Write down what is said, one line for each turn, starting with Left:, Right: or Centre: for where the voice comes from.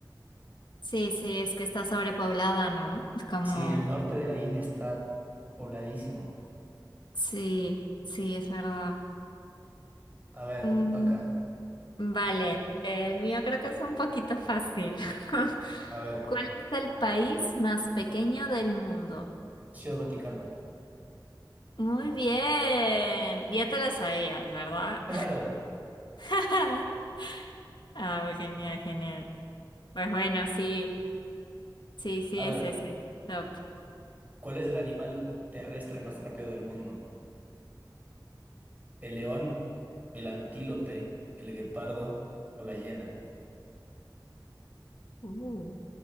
Left: Sí, sí, es que está sobrepoblada, ¿no? Es como,
Right: Sí, el norte de la India está pobladísimo.
Left: sí, sí, es verdad.
Right: A ver,
Left: Mm,
Right: te toca.
Left: vale, el mío creo que es un poquito fácil. <laughs>
Right: A ver,
Left: ¿Cuál es el país más pequeño del mundo?
Right: Ciudad Vaticano. <laughs>
Left: Muy bien, ya te lo sabías, ¿verdad?
Right: Claro.
Left: <laughs> Ah, genial, genial. Pues bueno, sí, sí, sí
Right: A
Left: es
Right: ver,
Left: ese. Top.
Right: ¿cuál es el animal terrestre más rápido del mundo? ¿El león, el antílope, el guepardo o la hiena?
Left: Uh,